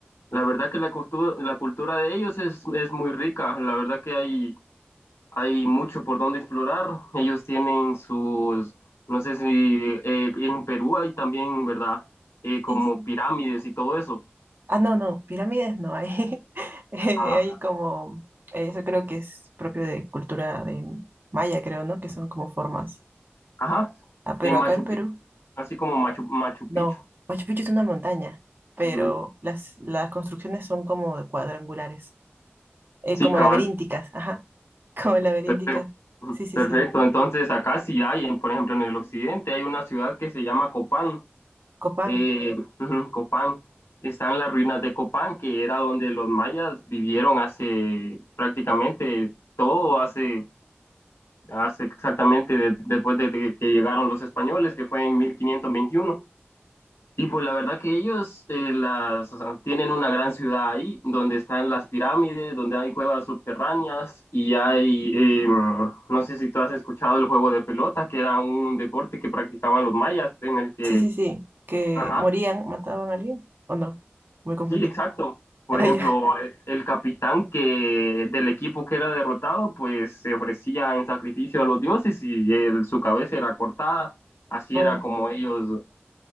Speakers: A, on the left; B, on the right.
A: la verdad que la cultura, la cultura de ellos es, es muy rica. La verdad que hay, hay mucho por donde explorar. Ellos tienen sus, no sé si eh, en Perú hay también, ¿verdad? Eh, como
B: Sí, sí.
A: pirámides y todo eso.
B: Ah, no, no, pirámides no hay. <laughs> Eh,
A: Ah,
B: hay como, eh, eso creo que es propio de cultura de maya, creo, ¿no? Que son como formas.
A: ajá.
B: Ah, pero
A: En Machu
B: acá en Perú,
A: Picchu, así como Machu, Machu Picchu.
B: no. Machu Picchu es una montaña, pero
A: Ujú.
B: las, las construcciones son como de cuadrangulares. eh,
A: Sí,
B: como
A: cabal.
B: laberínticas, ajá, como laberínticas.
A: Perfecto.
B: Sí, sí,
A: Perfecto.
B: sí.
A: Entonces, acá sí hay, en- por ejemplo, en el occidente hay una ciudad que se llama Copán.
B: Copán.
A: Eh, <laughs> ujú, Copán. Están las ruinas de Copán, que era donde los mayas vivieron hace prácticamente todo, hace, hace exactamente de- después de, de que llegaron los españoles, que fue en 1521. Y pues la verdad que ellos eh, las, o sea, tienen una gran ciudad ahí, donde están las pirámides, donde hay cuevas subterráneas y hay, eh, no sé si tú has escuchado el juego de pelota, que era un deporte que practicaban los mayas, en el que,
B: Sí, sí, sí. Que
A: ajá,
B: morían, mataban a alguien. ¿O no? Me confundí.
A: sí, exacto. Por
B: <laughs> Ah,
A: ejemplo,
B: ya.
A: el, el capitán que del equipo que era derrotado, pues se ofrecía en sacrificio a los dioses y él- su cabeza era cortada. Así
B: Oh,
A: era como ellos,